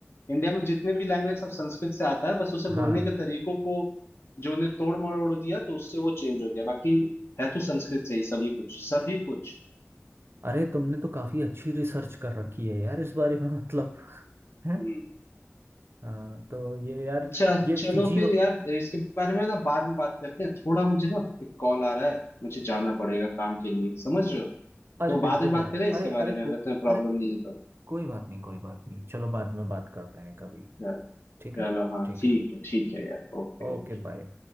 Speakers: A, on the left; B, on the right.
A: इंडिया में जितने भी लैंग्वेज सब संस्कृत से आता है बस उसे
B: हाँ
A: बोलने के तरीकों को जो ने तोड़ मरोड़ दिया तो उससे वो चेंज हो गया बाकी है तो संस्कृत से ही सभी कुछ सभी कुछ
B: अरे तुमने तो काफी अच्छी रिसर्च कर रखी है यार इस बारे में <laughs> मतलब है
A: हम्म
B: हाँ तो ये यार
A: अच्छा
B: ये
A: चलो
B: फिजी
A: फिर यार इसके बारे में ना बाद में बात करते हैं थोड़ा मुझे ना एक कॉल आ रहा है मुझे जाना पड़ेगा काम के लिए समझ रहे हो
B: अरे
A: तो
B: बिल्कुल
A: बाद में बात
B: यार
A: करें इसके
B: अरे
A: बारे
B: अरे
A: में अगर
B: को
A: तुम्हें प्रॉब्लम
B: अरे
A: नहीं है तो
B: कोई बात नहीं कोई बात नहीं चलो बाद में बात करते हैं कभी
A: चल-
B: ठीक
A: चलो
B: है
A: हाँ
B: ठीक
A: ठीक
B: है
A: है ठीक है यार ओके
B: Okay
A: ओके
B: bye